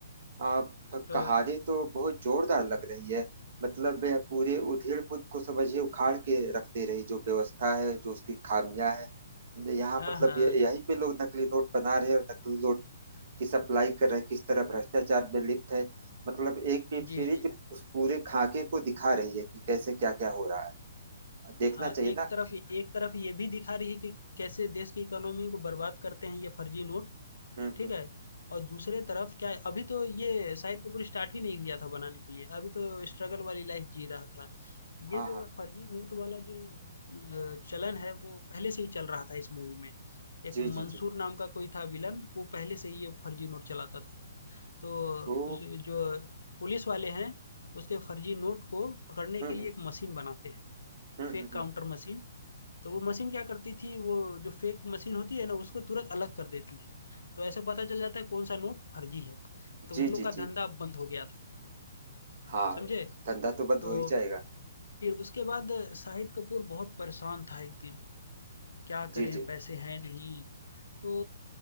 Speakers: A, on the right; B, on the left.
A: आप
B: तो
A: कहानी तो बहुत जोरदार लग रही है मतलब वह पूरे उधेड़ पुद को समझिए उखाड़ के रखते रही जो व्यवस्था है जो उसकी खामियां है यहाँ
B: हाँ
A: मतलब
B: हाँ
A: ये यहीं पे लोग नकली नोट बना रहे हैं और नकली नोट की सप्लाई कर रहे हैं किस तरह भ्रष्टाचार में लिप्त है मतलब एक वेब सीरीज
B: जी जी
A: उस पूरे खाके को दिखा रही है कि कैसे क्या क्या हो रहा है देखना
B: हाँ
A: चाहिए
B: एक
A: ना
B: तरफ एक तरफ ये भी दिखा रही है कि कैसे देश की इकोनॉमी को बर्बाद करते हैं ये फर्जी नोट
A: हम्म
B: ठीक
A: हम्म
B: है? और दूसरे तरफ क्या है अभी तो ये शाहिद कपूर स्टार्ट ही नहीं किया था बनाने के लिए, अभी तो स्ट्रगल वाली लाइफ जी रहा था। ये
A: हाँ
B: जो
A: हाँ
B: फर्जी नोट वाला जो अ, चलन है वो पहले से ही चल रहा था इस मूवी में। एक
A: जी
B: मंसूर
A: जी जी
B: नाम का कोई था विलन, वो पहले से ही ये फर्जी नोट चलाता था। तो
A: ओ
B: उस जो पुलिस वाले हैं, उसके फर्जी नोट को पकड़ने
A: हम्म
B: के
A: हम्म
B: लिए एक मशीन बनाते हैं,
A: हम्म हम्म
B: फेक काउंटर
A: हम्म,
B: मशीन। तो वो मशीन क्या करती थी वो जो फेक मशीन होती है ना उसको तुरंत अलग कर देती है तो ऐसे पता चल जाता है कौन सा नोट फर्जी है तो
A: जी
B: उन लोग
A: जी
B: का
A: जी
B: धंधा बंद हो गया था
A: हाँ
B: समझे
A: धंधा तो बंद
B: तो
A: हो ही जाएगा
B: फिर उसके बाद शाहिद कपूर बहुत परेशान था एक दिन क्या
A: जी
B: करें
A: जी
B: पैसे हैं नहीं तो